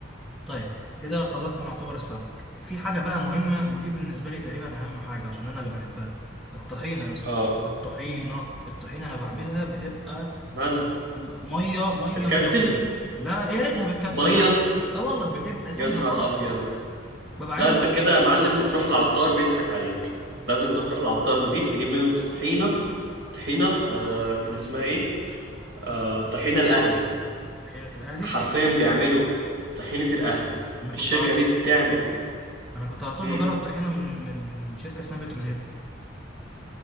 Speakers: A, in the centre; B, on the right (about 65°).
A: طيب كده خلصنا نعتبر السمك في حاجة بقى مهمة ودي بالنسبة لي تقريبا أهم حاجة عشان أنا اللي بحبها الطحينة يا اسطى
B: اه
A: الطحينة الطحينة أنا بعملها بتبقى
B: مالها
A: م- مية مية
B: بتتكتل
A: ملونة لا يا ريتها بتكتر
B: مية
A: يا عم لا والله بتبقى
B: يا
A: سايبة
B: نهار
A: خالص
B: ابيض
A: ببقى
B: لا
A: عايز
B: انت
A: أح-
B: كده يا معلم بتروح العطار بيضحك عليك لازم تروح العطار نظيف تجيب منه طحينة طحينة آه كان اسمها ايه آه طحينة الاهلي
A: طحينة الأهلي
B: حرفيا بيعملوا طحينة الاهلي
A: أنا
B: الشركة
A: كنت ع-
B: دي بتعمل
A: أنا كنت على طول
B: مم.
A: بجرب طحينة من من من شركة اسمها بتروجيت